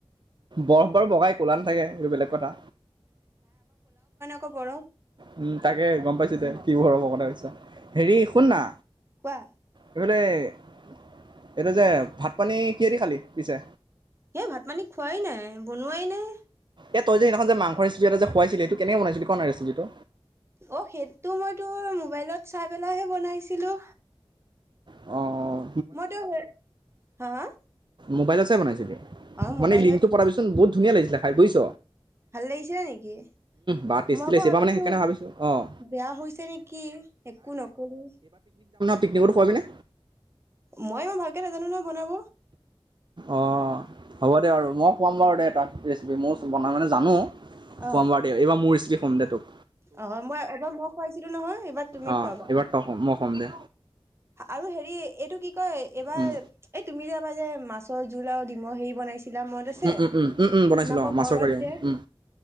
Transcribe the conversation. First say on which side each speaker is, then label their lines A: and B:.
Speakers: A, on the right (about 50°); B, on the right (about 25°).
A: বৰফ বাৰু বগাই কলা না থাকে এইটো বেলেগ কথা
B: ক'বৰ
A: উম তাকে গম পাইছো দে কি বোৰৰ হ'ব কথাছে হেৰি শুন না?
B: কোৱা
A: এইবোলে এইটো যে, ভাত পানী কিহেদি খালি পিছে?
B: এই ভাত পানী খোৱাই নাই, বনোৱাই নাই।
A: এ তই যে সেইনাখন মাংস ৰেচিপি এটা যে খুৱাইছিল, সটো কেনে বনাইছিল ক না চিপিটো?
B: অ সেইটো মই তোৰ মোবাইলত চাই পেলাইহে বনাইছিলো।
A: অ অহ।
B: মটে, হা হা?
A: মোবাইলত চায় বনাই ছিলি
B: অ
A: মানে
B: মোবাইলত
A: লিংকটো পথাবিচোন, বহুত ধুনীয়া লাগিছিলে খায়, বুছ
B: ভাল লাগিছিলে নেকি?
A: বা টেষ্টি
B: মই আকৌ
A: লাগিছে
B: ভাবিছো
A: এইবাৰ মানে সেইকাৰণে ভাবিছোঁ অঁ
B: বেয়া হৈছে নেকি, একো নকলো
A: পিকনিকত খোৱাবিনে?
B: মই ইমান ভালকে নাজানো নহয় বনাব
A: অ হ'ব দে, আৰু মই খুৱাম বাৰু দে তাক, ৰেচিপি মইও বনাব মানে জানো কম
B: অ
A: বাৰু দিয়ক, এইবাৰ মোৰ ৰেচেপি সটো <unintelligible>
B: অ মই এবাৰ মই খুৱাইছিলো নহয়, এইবাৰ তুমি
A: অঁ
B: খুৱাবা।
A: এইবাৰ তই খোৱাম মই খোৱাম দে।
B: আৰু হেৰি, এইটো কি কয় এইবাৰ
A: উম
B: এই তুমি যে যাবা যে মাছৰ জোল, আৰু ডিমৰ হেৰি বনাইছা কিবা মনত আছে,
A: উম উম উম উম উম বনাইছিলোঁ
B: তোমাৰ আকৌ
A: অঁ মাছৰ
B: ঘৰত
A: কাৰি অঁ
B: যে,
A: উম